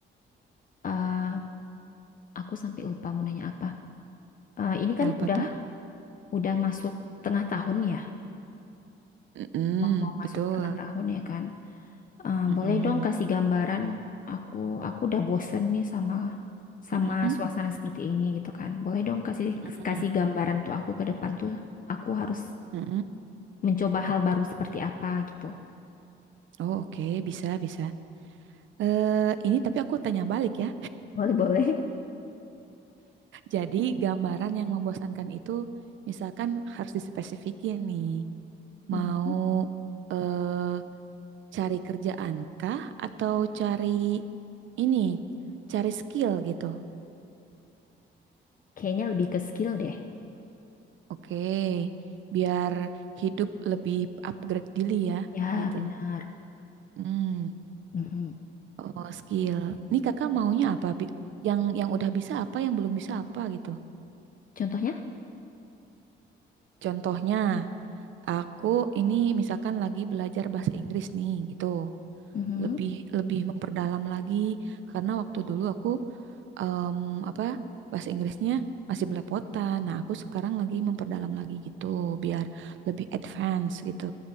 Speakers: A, on the left; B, on the right.
A: Eh, aku sampai lupa mau nanya apa. Eh, ini kan
B: Apa
A: udah
B: tuh?
A: udah masuk tengah tahun ya,
B: Mm-mm,
A: mau, mau masuk
B: betul.
A: tengah tahun ya kan? Eh,
B: Mm-mm,
A: boleh dong kasih gambaran. Aku aku udah bosen nih sama sama
B: mm-mm,
A: suasana seperti ini gitu kan. Boleh dong kasih
B: mm-mm,
A: kasih gambaran tuh aku ke depan tuh. Aku harus
B: mm-mm.
A: mencoba hal baru seperti apa gitu.
B: Oh oke, bisa bisa. Eh ini tapi aku tanya balik ya.
A: Boleh-boleh.
B: Jadi gambaran yang membosankan itu, misalkan harus dispesifikin nih.
A: Mhm.
B: Mau eh, Cari kerjaan kah atau cari ini, cari skill gitu?
A: Kayaknya lebih ke skill deh.
B: Oke, biar hidup lebih upgrade diri ya,
A: Ya,
B: gitu.
A: benar.
B: Hmm,
A: Mhm.
B: oh skill. Nih kakak maunya apa? Bi- Yang yang udah bisa apa, yang belum bisa apa gitu.
A: Contohnya?
B: Contohnya, aku ini misalkan lagi belajar bahasa Inggris nih, gitu.
A: Mhm.
B: Lebih lebih memperdalam lagi karena waktu dulu aku em, apa bahasa Inggrisnya masih belepotan. Nah, aku sekarang lagi memperdalam lagi gitu biar lebih advance gitu.